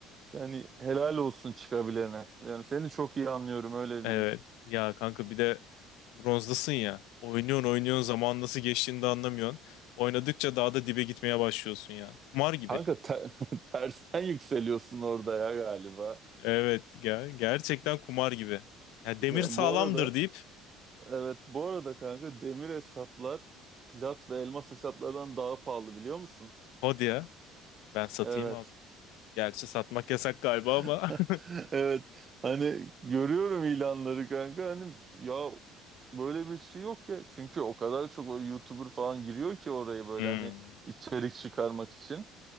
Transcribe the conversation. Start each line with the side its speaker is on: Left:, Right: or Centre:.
Right: Yani helal olsun çıkabilene. Yani seni çok iyi anlıyorum öyle
Left: Evet.
Right: diyeyim.
Left: Ya kanka bir de bronzdasın ya. Oynuyorsun oynuyorsun zaman nasıl geçtiğini de anlamıyorsun. Oynadıkça daha da dibe gitmeye başlıyorsun ya. Kumar gibi.
Right: Kanka te- <laughs> tersten yükseliyorsun orada ya galiba.
Left: Evet ya gerçekten kumar gibi. Ya demir
Right: Yani
Left: sağlamdır
Right: bu arada
Left: deyip
Right: evet bu arada kanka demir hesaplar plat ve elmas hesaplardan daha pahalı biliyor musun?
Left: hadi ya. Ben satayım
Right: Evet.
Left: abi. Gerçi satmak yasak galiba
Right: <laughs>
Left: ama. <laughs>
Right: Evet. Hani görüyorum ilanları kanka hani ya böyle bir şey yok ya. Çünkü o kadar çok böyle YouTuber falan giriyor ki oraya böyle
Left: Hmm.
Right: hani içerik çıkarmak için.